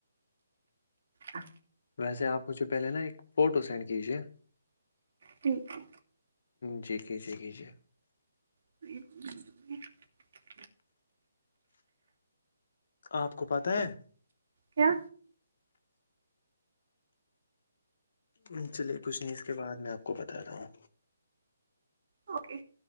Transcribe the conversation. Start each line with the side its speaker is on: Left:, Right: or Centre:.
Right: آ
Left: ویسے آپ مجھے پہلے نا ایک فوٹو سینڈ کیجیے
Right: ٹھیک ہے
Left: جی کیجے کیجے
Right: <unintelligible>
Left: آپ کو پتہ ہے
Right: کیا
Left: نہیں چلیے کچھ نہیں اس کے بعد میں آپ کو بتاتا ہوں
Right: اوکے